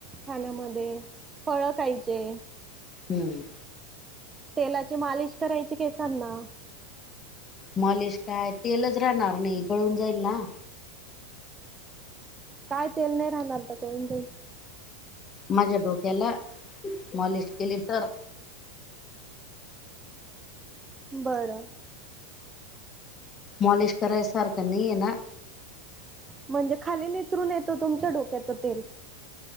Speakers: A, on the right (about 20°); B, on the left (about 25°).
A: खाण्यामध्ये, फळ खायचे.
B: हम्.
A: तेलाची मालिश करायची केसांना.
B: मालिश काय, तेलच राहणार नही, गळून जाईल ना.
A: काय तेल नही राहणार तर गळून जाईल?
B: माझ्या डोक्याला, मॉलिश केली तर.
A: बरं.
B: मॉलिश कराय सारखं नहीये ना.
A: म्हणजे खाली नितरून येतो तुमच्या डोक्याचं तेल,